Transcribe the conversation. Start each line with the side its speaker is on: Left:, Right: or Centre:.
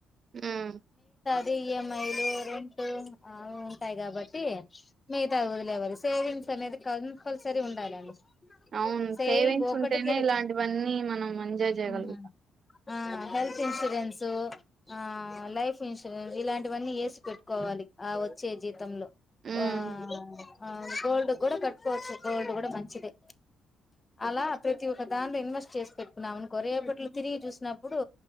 Right: మ్మ్
Left: ది ఈ ఎం ఐ లు రెంట్ ఆ ఉంటాయి కాబట్టి మీ తదులేవారు సేవింగ్స్ నేది కంపల్సరీ గా ఉండాలండి
Right: అవును
Left: సేవింగ్
Right: సేవింగ్స్
Left: ఒకటికి
Right: ఉంటేనే ఇలాంటివన్నీ మనం మంచి జయగలుగుతా
Left: ఉమ్ ఆ హెల్త్ ఇన్సూరెన్సు ఆ లైఫ్ ఇన్సూరెన్స్ ఇలాంటివన్నీ వేసి పెట్టుకోవాలి ఆ వచ్చే జీతంలో
Right: ఉమ్
Left: ఆ ఆ గోల్డ్ కూడా కట్టుకోవచ్చు గోల్డ్ కూడా మంచిదే అలా ప్రతి ఒక్క దాంలో ఇన్వెస్ట్ చేసి పెట్ మను కొరేపట్లు తిరిగి చూసినప్పుడు